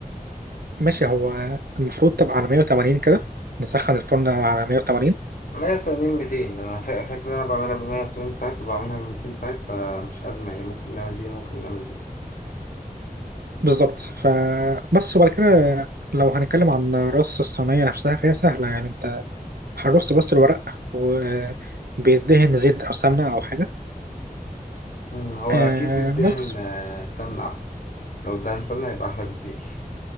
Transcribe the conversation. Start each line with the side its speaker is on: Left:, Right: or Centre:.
Right: ماشي هو المفروض تبقى على 180 كده نسخن الفرن على 180
Left: 180 200 انا فا- فاكر ان انا بعملها ب 180 ساعات وبعملها ب 200 ساعات فمش ازمة يعني ممكن نعمل دي ممكن نعمل دي
Right: بالظبط فبس وبعد كده لو هنتكلم عن رص الصينية نفسها فهي سهلة يعني انت هنرص بس الورق وبيدهن زيت او سمنة او حاجة
Left: مم، هو
Right: آه
Left: اكيد بتدهن
Right: بس
Left: آه، سمنة احسن لو ادهن سمنة يبقى احلى بكتير